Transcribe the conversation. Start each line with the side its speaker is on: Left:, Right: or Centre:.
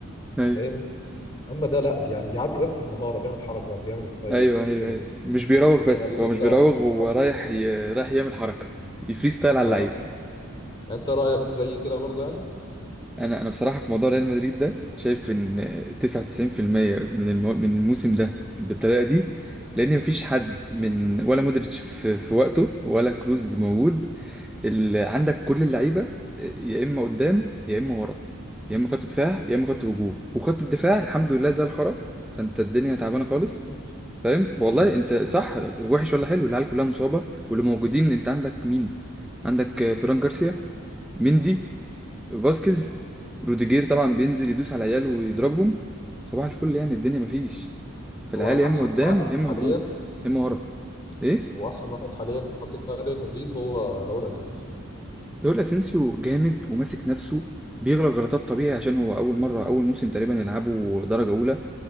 Centre: أيوه
Left: فاهم اما ده لا يعني بيعدي بس بمهاره بيعمل حركه بيعمل ستايل
Centre: أيوه أيوه
Left: كده
Centre: أيوه مش بيراوغ
Left: ولا
Centre: بس هو
Left: انت
Centre: مش بيراوغ هو
Left: ولا
Centre: رايح ي... رايح يعمل حركة يفري ستايل على
Left: آه
Centre: اللعيب
Left: يعني انت رايك زي كده برضه يعني
Centre: انا انا بصراحه في موضوع ريال مدريد ده شايف ان 99% من المو... من الموسم ده بالطريقه دي لان مفيش حد من ولا مودريتش في... في وقته ولا كروز موجود اللي عندك كل اللعيبه يا اما قدام يا اما ورا يا اما خط دفاع يا اما خط هجوم وخط الدفاع الحمد لله زي الخرا فانت الدنيا تعبانه خالص
Left: <laughs>
Centre: فاهم والله
Left: ايوه ايوه
Centre: انت صح وحش ولا حلو العيال كلها مصابه واللي موجودين انت عندك مين عندك فران جارسيا مندي فاسكيز روديجير طبعا بينزل يدوس على العيال ويضربهم صباح الفل يعني الدنيا مفيش فالعيال
Left: هو احسن
Centre: يا اما قدام
Left: واحد
Centre: يا اما
Left: حاليا
Centre: هجوم يا اما ورا ايه
Left: هو احسن واحد حاليا في خط دفاع ريال مدريد هو راؤول اسينسيو
Centre: دول اسينسيو جامد وماسك نفسه بيغلط غلطات طبيعي عشان هو اول مره اول موسم تقريبا يلعبه درجه اولى